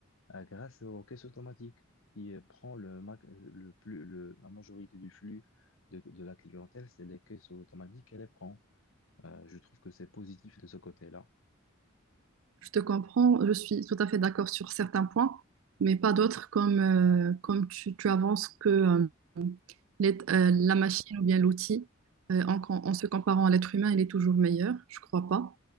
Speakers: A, on the left; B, on the right.
A: euh, grâce aux caisses automatiques qui euh, prend le, ma- le plus, le- la majorité du flux de, de la clientèle, c'est les caisses automatiques qu'elle les prend. Euh, je trouve que c'est positif de ce côté-là.
B: Je te comprends, je suis tout à fait d'accord sur certains points, mais pas d'autres comme, euh, comme tu, tu avances que euh, les- euh, la machine ou bien l'outil, euh, en, com- en se comparant à l'être humain, il est toujours meilleur. Je crois pas.